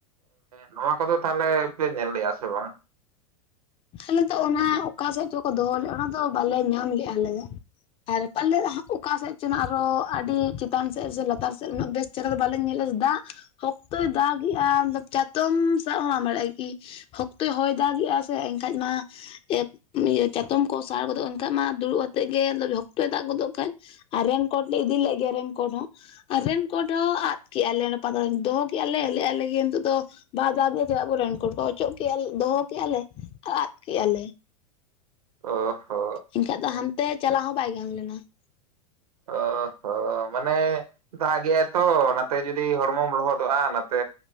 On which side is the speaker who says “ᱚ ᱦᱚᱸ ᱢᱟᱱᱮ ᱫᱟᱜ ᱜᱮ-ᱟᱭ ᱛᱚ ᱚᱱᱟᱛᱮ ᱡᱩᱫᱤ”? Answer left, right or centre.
Right